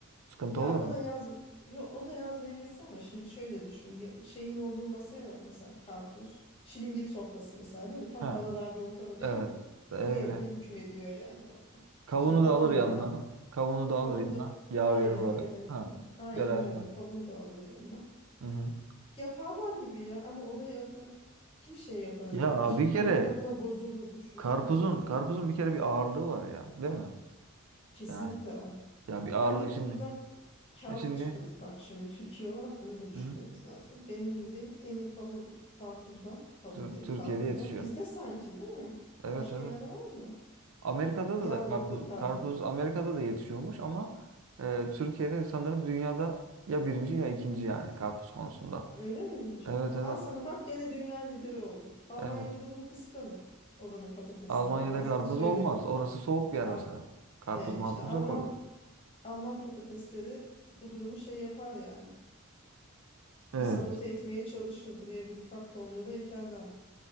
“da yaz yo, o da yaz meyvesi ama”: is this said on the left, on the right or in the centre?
Left